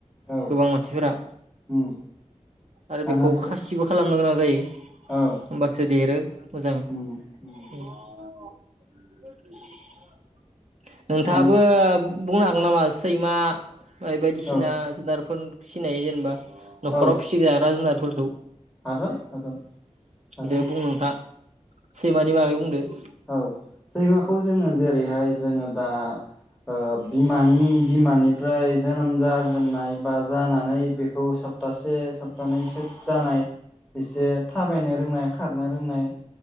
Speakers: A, in the centre; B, on the right.
A: औ
B: गोबां मानसिफोरा
A: उम
B: आरो
A: दानाफोर
B: बेखौ खासिबो खालाम खालामनो गोनां जायो।
A: औ
B: ओम्बासो देरो मोजां <unintelligible>
A: उम उम
B: नोंथाङाबो
A: दाना
B: बुंनो हागोन नामा सैमा? फ्राय बायदिसिना
A: औ
B: जुनारफोर फिसिनाय जेनेबा न'खराव
A: औ
B: फिसिग्रा जुनारफोरखौ ओम
A: हागोन हागोन हागोन
B: दे बुं नोंथां सैमानि बागै बुं बुंंदो
A: औ सैमाखौ जोङो जेरैहाय जोङो दा ओ बिमानि बिमानिफ्राय जोनोम जाजेननाय बा जानानै बेखौ सप्तासे सप थानैसो जानाय एसे थाबायनो रोंनाय खार <unintelligible> नाय रोंनाय